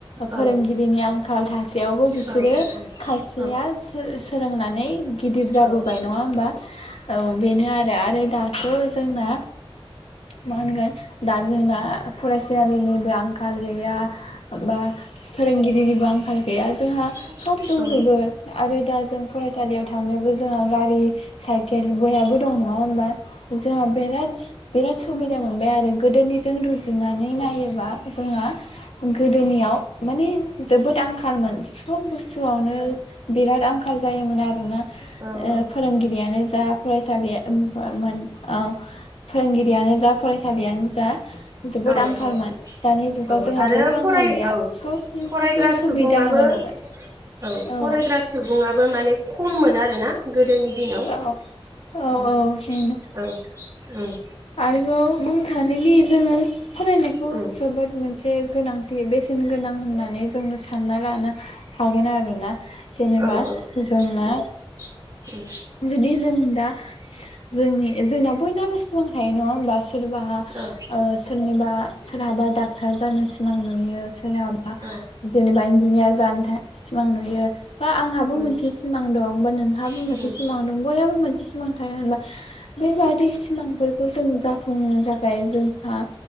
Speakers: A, on the left; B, on the right.
A: फोरोंगिरिनि
B: औ
A: आंखाल थासेयावबो बिसोरो
B: औ
A: खायसेया
B: औ
A: सोलोंना नै गिदिर
B: औ
A: जाबोबाय नङा होमबा औ बेनो आरो आरो दा थ' जोंना मा होनगोन दा जोंना फरायसालि निबो आंखाल गैया। बा फोरोंगिरिनि बो आंखाल गैया जोंहा
B: औ
A: सब दंजोबो आरो दा जों फरायसालियाव थांनोबो जोंहा गारि साइकेल बयहाबो दं नङा होमबा जोंहा बेराद बिराद सुबि दा मोनबाय आरो गोदोनिजों रुजुनानै नायोबा जोंहा गोदोनियाव माने जोबोद आंखालमोन सब बुस्थुआवनो बिराद आंखाल जायोमोन आरोना
B: औ औ
A: फोरोंगिरियानो जा फराय सालिया बा मोन औ फोरोंगिरियानो जा फरायसालियानो जा जोबोद
B: औ
A: आंखालमोन
B: औ
A: दानि जुगाव
B: औ
A: जोंहा
B: आरो
A: जेबो आंखाल
B: फराय
A: गैया
B: औ
A: सबनिबो
B: फरायग्रा
A: सुबिदा
B: सुबुङाबो
A: होनाय
B: औ
A: जाबाय औ
B: फरायग्रा सुबुङाबो माने खममोन आरो ना गोदोनि दिनाव
A: औ औ
B: उम
A: औ बेनो
B: औ उम
A: आरोबाव बुंखानो लिर जोङो फरायनायखौ
B: उम
A: जोबोद मोनसे गोनां बेसेन गोनां होननानै जों सानना लानो हागोन आरोना जेनेबा
B: औ औ
A: जोंना
B: उम उम
A: जुदि जों दा जोंनि जोंना बयनाबो सिमां थायो नङा होमबा सोरबाहा
B: औ
A: सोरनिबा सोरहाबा डाक्टार जानो सिमां नुयो सोरहाबा
B: औ
A: जेनेबा इन्जिनियार जानो सिमां नुयो बा आंहाबो
B: उम
A: मोनसे सिमां दं बा नोंहाबो
B: उम
A: मोनसे
B: उम
A: सिमां दं बयहाबो मोनसे सिमां थायो होनब्ला बेबायदि सिमांफोरखौ जों जाफुंनो थाखाय जोंहा